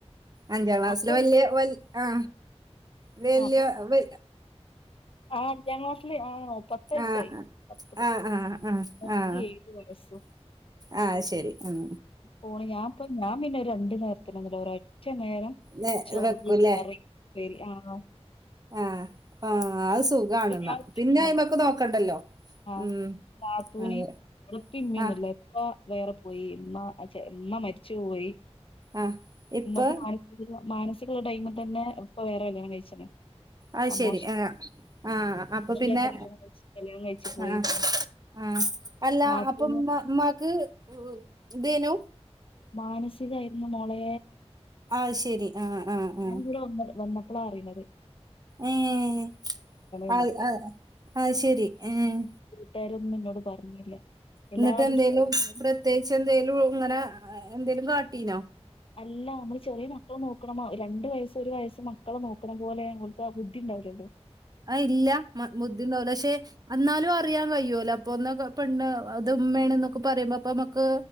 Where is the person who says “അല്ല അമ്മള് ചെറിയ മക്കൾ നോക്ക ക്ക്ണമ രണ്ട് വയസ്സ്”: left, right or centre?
Left